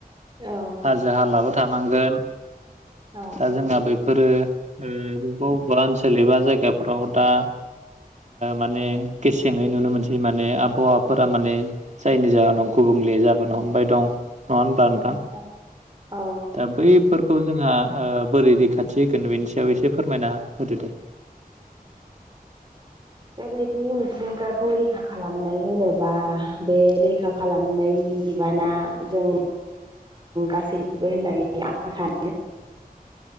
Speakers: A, on the right; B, on the right.
A: औ।
B: जाहाल आ बो थानांगोन
A: औ
B: दा जोंहा बे बेफोरो ओ बबेबा बबेबा ओनसोल एबा जायगाफोराव दा माने गेसेङै नुनो मोनसै माने आबहावाफोरा माने जायनि जाहोनाव गुबुंले जाबोनो हमबाय दं नङा होनब्ला नोंथां?
A: औ औ।
B: दा बैफोरखौ जोंहा ओ बोरै रैखाथि होगोन बेनि सायाव एसे फोरमायना होदो दे।
A: बेबायदि मिथिंगाखौ रैखा खालामनाय होनोबा बे रैखा खालामनायनि बिबाना जों गासैनिबो होननानै आं सानो।